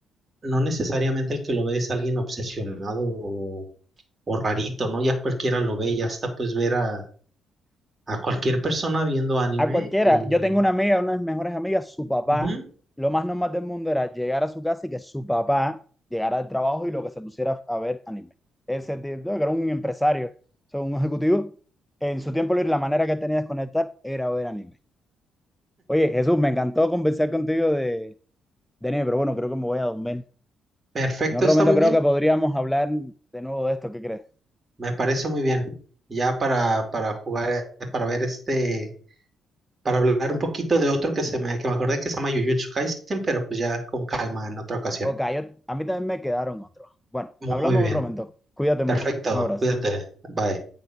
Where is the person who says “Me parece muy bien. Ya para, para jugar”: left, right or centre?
Right